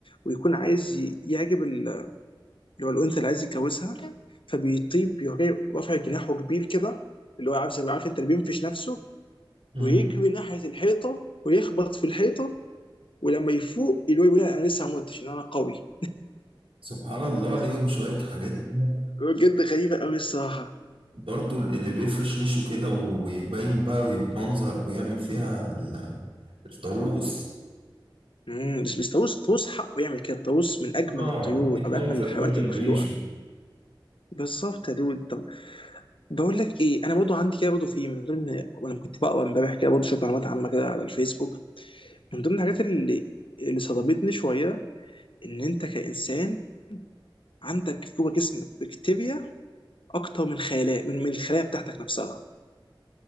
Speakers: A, on the left; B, on the right.
A: ويكون عايز ي- يعجب ال- اللي هو الانثى اللي عايز يتجوزها فبيطيب بيروح جاي رافع جناحه كبير كده اللي هو عارف زي عارف انت اللي بينفش نفسه
B: مم.
A: ويجري ناحيه الحيطه ويخبط في الحيطه ولما يفوق اللي هو يقول انا لسه ما متش إن انا قوي
B: سبحان الله ليهم شوية حاجات كده
A: بجد غريبه قوي الصراحه
B: برضو اللي بيفرش ريشه كده و- ويبين بقى ويتمنظر ويعمل فيها ال- الطاووس
A: امم بس بس طاووس طاووس حقه يعمل كده الطاووس من اجمل
B: اه
A: الطيور
B: يجي يتمنظر
A: او اجمل الحيوانات
B: كده
A: المخلوقه
B: بريشه
A: بالظبط يا دود طب بقول لك ايه انا برضه عندي كده برضه في من ضمن وانا كنت بقرا امبارح كده برضه شويه معلومات عامه كده على الفيسبوك من ضمن الحاجات اللي اللي صدمتني شويه ان انت كانسان عندك جوه جسمك بكتيريا اكتر من خلايا من من الخلايا بتاعتك نفسها